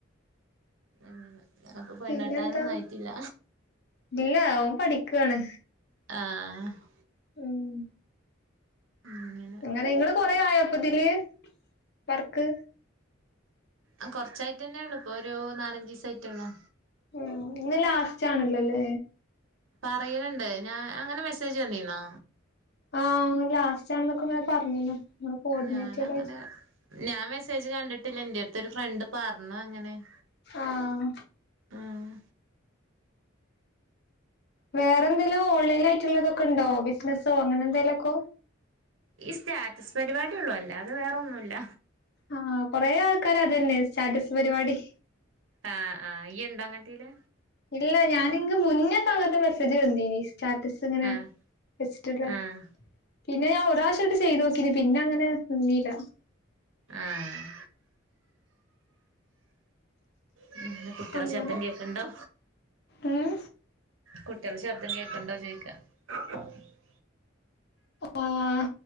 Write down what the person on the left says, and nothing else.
പിന്നെന്താ
ഇല്ല. ഓൻ പഠിക്കാണ്
മ്മ്
അങ്ങനെ ഇങ്ങള് കൊറെ ആയപ്പതില് വർക്ക്
ഉം ഇന്ന് ലാസ്റ്റാണലല്ലല്ലേ
ആഹ് അങ്ങനെ ലാസ്റ്റ് അങ്ങനെ ഒക്കെ പറഞ്ഞിനു ഇങ്ങനെ കോർഡിനേറ്റർ
ആയി-
ആഹ്
വേറെ എന്തേലും ഓൺലൈൻ ആയിട്ട് ഉള്ളതൊക്കെ ഉണ്ടോ ബിസിനസ്സോ അങ്ങനെ എന്തേലുമൊക്കെ
ആഹ് കൊറെ ആൾക്കാര് അത് തന്നെയാ സ്റ്റാറ്റസ് പരിപാടി-
ഇല്ല ഞാന് ഇൻക്ക് മുന്നേ ഒക്കെ അങ്ങനത്തെ മെസ്സേജ് വന്നിനി സ്റ്റാറ്റസ് ഇങ്ങനെ-
വെച്ചിട്ടല്ലേ
പിന്നെ ഞാൻ ഒരു പ്രാവശ്യംയായിട്ട് ചെയ്തു നോക്കീന് പിന്നെ അങ്ങനെ നിന്നില്ല
അങ്ങനെ
ഉം
ഓഹ്